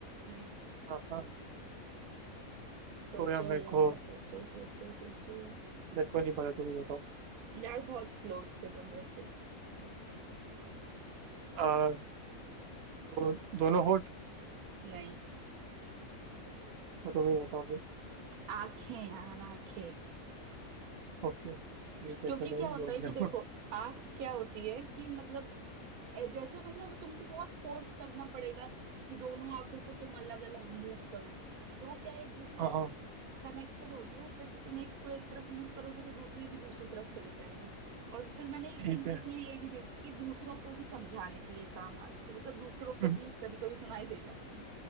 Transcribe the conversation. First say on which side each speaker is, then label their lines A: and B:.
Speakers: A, on the right (about 85°); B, on the right (about 55°).
A: नहीं
B: हाँ हाँ
A: सोचो
B: तो यार मेरे
A: यार
B: को
A: सोचो सोचो सोचो
B: मेरे को नहीं पता तुम ही बताओ
A: यार बहुत क्लोज थे तुम वैसे
B: आ, तो दोनों होठ
A: नहीं
B: तो तुम ही बताओ फिर
A: आंखें यार आंखें
B: ओके ठीक है
A: क्योंकि
B: चलो
A: क्या होता
B: बोल
A: है
B: दिया
A: कि देखो आंख क्या होती है कि मतलब ए- जैसे मतलब तुमको बहुत फोर्स करना पड़ेगा कि दोनों आंखों को तुम अलग अलग मूव करो तो वो क्या है एक दूसरे
B: <laughs>
A: से
B: हाँ हाँ
A: कनेक्टेड होती है ना तो जैसे तुम एक को एक तरफ मूव करोगे तो दूसरी भी दूसरी तरफ चली जाएगी और फिर मैंने एक
B: ठीक
A: हिंट
B: है
A: इसमें ये भी दी थी कि दूसरों को भी समझाने के लिए काम आते मतलब दूसरों
B: <laughs>
A: को भी कभी कभी सुनाई दे जाती है